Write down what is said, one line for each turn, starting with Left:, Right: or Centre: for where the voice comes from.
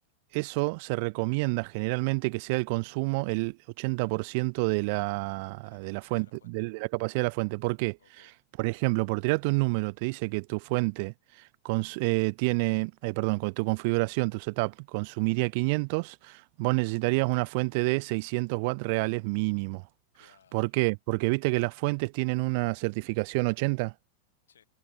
Right: eso se recomienda generalmente que sea el consumo el 80% de la,
Left: De la capacidad
Right: de la fuente,
Left: de la fuente.
Right: de, de la capacidad de la fuente. ¿Por qué?
Left: Ok,
Right: Por ejemplo, por tirarte un número, te dice que tu fuente cons- eh, tiene, eh, perdón, con tu configuración, tu setup consumiría 500, vos necesitarías una fuente de 600 watts reales mínimo.
Left: claro.
Right: ¿Por qué? Porque viste que las fuentes tienen una certificación 80.
Left: Sí,